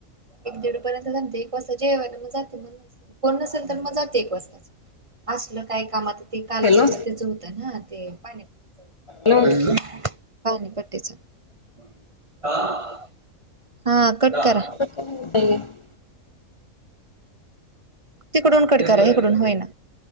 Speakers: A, on the right; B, on the left.
A: एक दीड पर्यंत जमते एक वाजता जेवायला मग जाते म कोण नसेल तर मग जाते <unintelligible> असल काय कामात ते काल
B: हॅलो
A: परवा तेच होतं ना ते पाणीपच
B: हॅलो
A: वगर <unintelligible> पाऊ नाही <unintelligible> पट्टेच <unintelligible> हा कटकरा
B: आहे <unintelligible>
A: तिकडून कटकरा इिकडून होईना.